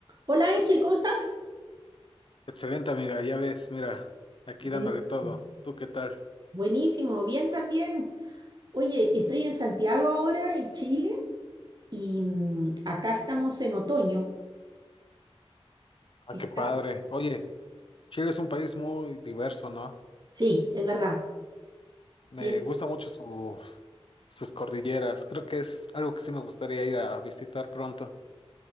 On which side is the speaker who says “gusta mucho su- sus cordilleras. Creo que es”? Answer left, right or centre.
Left